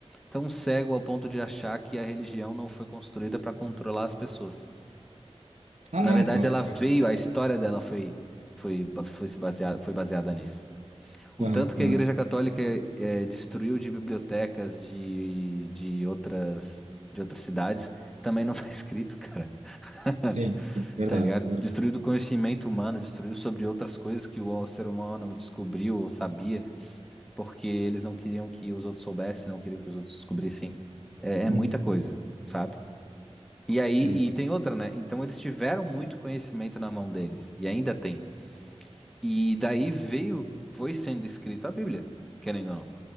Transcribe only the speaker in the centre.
tão cego ao ponto de achar que a religião não foi construída para controlar as pessoas.
Na
verdade,
ela veio, a história dela foi, foi, ba- foi, se baseada, foi baseada nisso. O
tanto que
a Igreja Católica eh, destruiu de bibliotecas de, de outras, de outras cidades também não <laughs> tá escrito, cara. <laughs>
Tá ligado?
Destruiu do conhecimento humano, destruiu sobre outras coisas que o ser humano descobriu ou sabia. porque eles não queriam que os outros soubessem, não queriam que os outros descobrissem. É, é
muita coisa, sabe? E aí,
e tem outra, né? Então eles tiveram muito conhecimento na mão deles, e ainda tem. E daí veio, foi sendo escrita a Bíblia, querendo ou não.